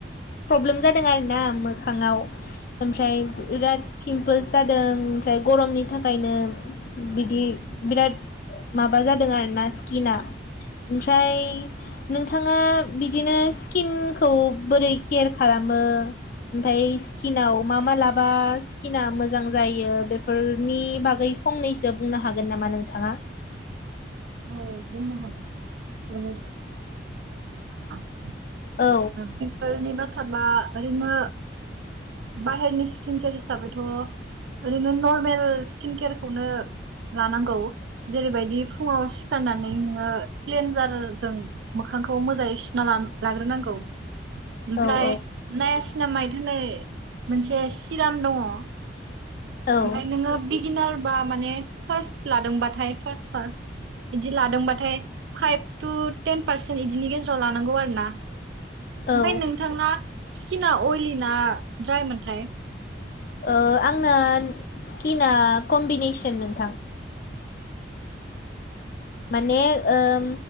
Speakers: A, on the left; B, on the right.
A: प्रब्लेम जादों आरोना मोखाङाव ओमफ्राय बिराद पिमपोल्स जादों ओमफ्राय गरमनि थाखायनो बिदि बिराद माबा जादों आर ना स्किना ओमफ्राय नोंथाङा बिदिनो स्किनखौ बोरै केयार खालामो ओमफाय स्किनआव मा मा लाबा स्किनआ मोजां जायो बेफोरनि बागै फंनैसो बुंनो हागोन नामा नोंथाङा
B: औ बुंनो हागोन <unintelligible>
A: औ
B: बेफोरनि बाथ्राबा ओरैनो बाहेरनि <unintelligible> हिसाबैथ' ओरैनो नर्मेल स्किन केयारखौनो लानांगौ जेरैबायदि फुङाव सिखारनानै नोङो प्लन्जारजों मोखांखौ मोजाङै सुना लाग्रोनांगौ ओमफ्राय
A: औ औ
B: नेप सिना माइथोनै मोनसे सिराम दङ ओमफ्राय
A: औ
B: नोङो बिगिनार बा माने फार्स्ट लादोंबाथाय फार्स्ट फार्स्ट बिदि लादोंबाथाय फाइभ टु टेन पारसेन्ट बिदिनि गेजेराव लानांगौ आरो ना ओमफफ्राय
A: औ
B: नोंथांना स्किना अइलि ना ड्रायमोनथाय
A: ओ आंना स्किना कम्बिनेसन नोंथां माने ओम